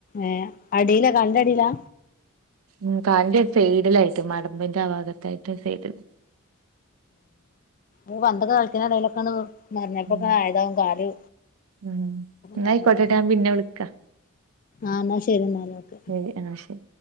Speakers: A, on the left (about 40°); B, on the right (about 75°).
A: ഏ അടിയില കാലിന്റെ അടിയിലാ
B: ഉ കാലിന്റെ സൈഡിലായിട്ട് മടമ്പിന്റെ ആ ഭാഗത്തായിട്ട് സെയ്ഡ
A: ആ പന്തൊക്കെ കളിക്ക ഇടലൊക്കെയാണ് മറിഞ്ഞപ്പോൊക്കെ
B: ഉം
A: ആയതാവും കാലൊെ
B: ഉം എന്നാ
A: മഞ്ഞപ്പോ
B: ആയിക്കോട്ടെട്ടോ ഞാൻ പിന്നെ വിളിക്കാ
A: ആഹ എന്നാ ശരി എന്നാല ക്കെ
B: ശരി ആ ശരി